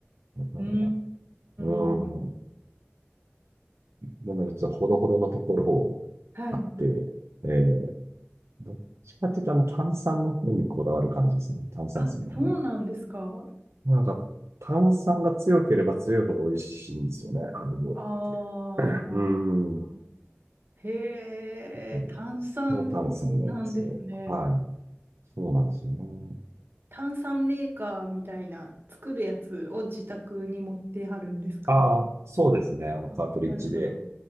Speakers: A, on the right (about 75°); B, on the right (about 50°).
A: だから、
B: うー
A: うん。
B: ん。
A: もので、ちょっとほどほどのところを
B: はい。
A: 買って、えー、どっちかっていうと、あの、炭酸の方にこだわる感じですね。炭酸水の方に。
B: あ、そうなんですか
A: なんか、炭酸が強ければ強いほど美味しいんですよね、ハネボールって。
B: ああ。
A: うん。だ
B: へえ、
A: から
B: 炭酸なんですね。
A: 強炭酸のやつを。はい。そうなんですよね。
B: 炭酸メーカーみたいな作るやつを自宅に持ってはるんですか
A: ああ、そうですね。あの、カートリッジで
B: あなるほど。